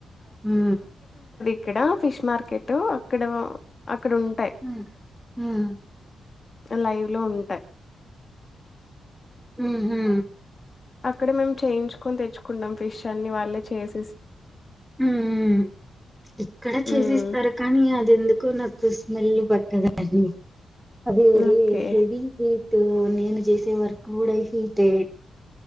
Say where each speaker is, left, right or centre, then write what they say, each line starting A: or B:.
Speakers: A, in the centre; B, on the left.
A: ఉ
B: ఈక్కడ ఫిష్ మార్కెటు అక్కడ అక్కడ ఉంటాయి
A: హ్మ్. హ్మ్.
B: లైవ్ లో ఉంటాయ్
A: ఉహు
B: అక్కడే మేము చేయించుకొని తెచ్చుకుంటాం ఫిష్ అన్ని వాళ్ళే చేసి
A: ఉమ్ ఇక్కడ చేసిస్తారు
B: మ్మ్
A: కానీ అది ఎందుకు నాకు కు స్మెల్లు పట్టదండి అదే రే
B: ఓకే
A: హెవీ రీ ఓ నేను చేసే వర్క్ కూడా హిట్ ఏ